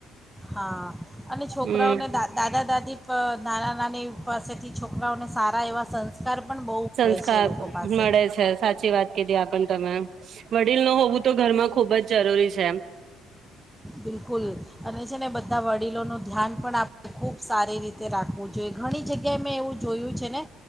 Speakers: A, in the centre; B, on the right (about 55°).
A: હા અને છોકરાઓને
B: હમ
A: દા.. દા. દાદી નાના નાની પાસેથી છોકરાઓને સારા એવા સંસ્કાર. પણ બહુ મળે
B: સંસ્કાર
A: છે એ લોકો પાસે
B: મળે છે સાચી વાત કીધી આ પણ તમે. વડીલ હોવું તો ઘરમાં ખુબ જ જરૂરી છે એમ.
A: બિલકુલ અને છે ને બધા. બધા વડીલોનું ધ્યાન પણ આપણે ખૂબ સારી રીતે રાખવું જોઈએ ઘણી જગ્યાએ મેં એવું જોયું છે ને.